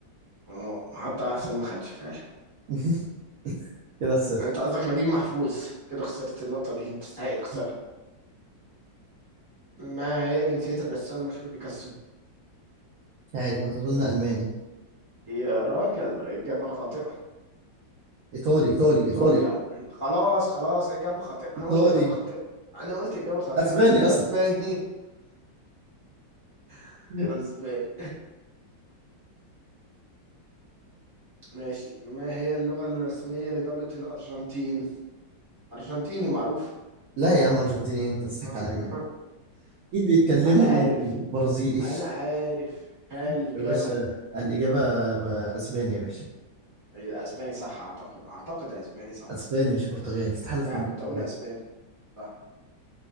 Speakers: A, on the right (about 20°); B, on the right (about 90°).
A: اه هبدأ احسن ما خدش فعلا
B: <laughs> كده خسرت
A: انت قصدك نجيب محفوظ كده خسرت النقطة دي انت تستحق تخسرها
B: مش
A: ما هي جنسية الرسام المشهور بيكاسو
B: عارف اظن الماني
A: يا راجل إجابة خاطئة
B: ايطالي ايطالي
A: إيطاليا
B: ايطالي ايطالي
A: خلاص خلاص إجابة خاطئة أنا
B: ايطالي
A: قلت إجابة خاطئة أنا قلت إجابة خاطئة
B: اسباني اصلا
A: أسباني <laughs>
B: <laughs>
A: أسباني ماشي ما هي اللغة الرسمية لدولة الأرجنتين أرجنتيني معروف
B: لا يا عم ارجنتيني انت بتضحك
A: <laughs>
B: عليا يعني. اكيد بيتكلموا
A: أنا عارف
B: برازيلي
A: أنا
B: <laughs>
A: عارف هل
B: يا
A: إجابة
B: باشا الاجابه ب- اسباني يا باشا
A: اسباني صح اعتقد اعتقد اسباني صح
B: اسباني مش برتغالي استحاله
A: يعني
B: تكون
A: كنت
B: برتغالي
A: اقول اسباني صح